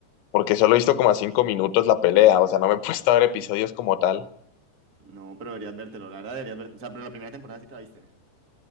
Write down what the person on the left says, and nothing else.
porque solo he visto como a cinco minutos la pelea, o sea, no me he puesto a ver episodios como tal.